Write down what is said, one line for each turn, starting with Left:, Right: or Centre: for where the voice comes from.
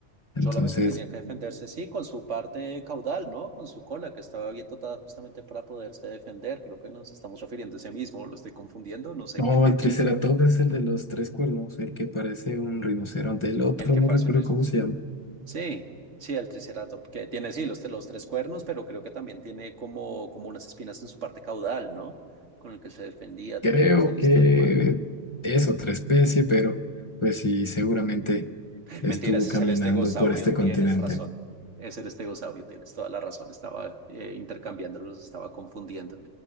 Left: Entonces,
Right: Solamente tenía que defenderse, sí, con su parte caudal, ¿no? Con su cola, que estaba bien dotada justamente para poderse defender. Creo que nos estamos refiriendo a ese mismo, lo estoy confundiendo, no sé.
Left: no,
Right: <laughs>
Left: el triceratops es el de los tres cuernos, el que parece un rinoceronte, el otro
Right: El que
Left: no
Right: pareció
Left: recuerdo
Right: un Triceratops.
Left: cómo se llama.
Right: Sí, sí, el Triceratops, que tiene, sí, los, los tres cuernos, pero creo que también tiene como, como unas espinas en su parte caudal, ¿no? Con el que se defendía
Left: Creo
Right: también, si no
Left: que
Right: estoy mal.
Left: es otra especie, pero pues sí, seguramente
Right: <laughs>
Left: estuvo
Right: Mentira, ese
Left: caminando
Right: es el estegosaurio,
Left: por este
Right: tienes
Left: continente.
Right: razón. Es el estegosaurio, tienes toda la razón. Estaba eh, intercambiándolos, estaba confundiendo.